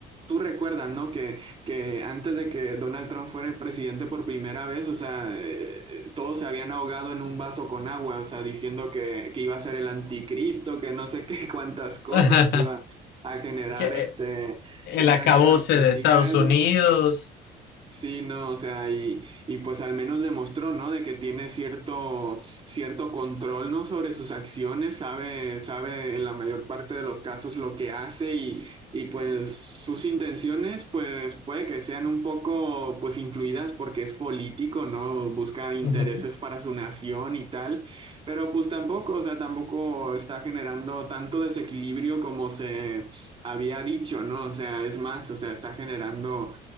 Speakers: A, on the right; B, on the left.
A: tú recuerdas, ¿no? Que que antes de que Donald Trump fuera presidente por primera vez, o sea, eh, eh, todos se habían ahogado en un vaso con agua, o sea, diciendo que, que iba a ser el anticristo, que no sé <laughs> qué cuántas cosas,
B: <laughs>
A: que iba a generar
B: Que, eh,
A: este,
B: El
A: una
B: acabose
A: guerra mundial.
B: de Estados Unidos.
A: Sí, no, o sea, y, y pues al menos demostró, ¿no? De que tiene cierto, cierto control, ¿no? Sobre sus acciones, sabe, sabe en la mayor parte de los casos lo que hace y, y pues sus intenciones, pues puede que sean un poco, pues influidas porque es político, ¿no? Busca intereses
B: Ujú,
A: para su nación y tal, pero pues tampoco, o sea, tampoco está generando tanto desequilibrio como se había dicho, ¿no? O sea, es más, o sea, está generando